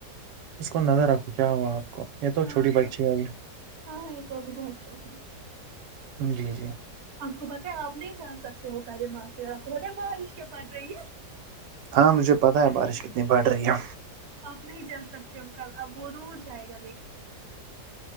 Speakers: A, on the right (about 85°); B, on the right (about 45°).
A: اس کو نظر رکھو کیا ہوا آپ کو یہ تو
B: ہاں
A: چوٹی بچی ہے ابھی
B: ہاں ہاں یہ تو اب بہت چھوٹی ہے
A: جی جی
B: آپ کو پتہ ہے آپ نہیں جا سکتے ہو ک دما کے آپ ہوتےے بارش کے پٹ رہی ہے
A: ہاں مجھے پتا ہے بارش کتنی بڑھ رہی ہے
B: آپ نہیں جا سکتے ہو کل اب وہ رور جائے گا لیکن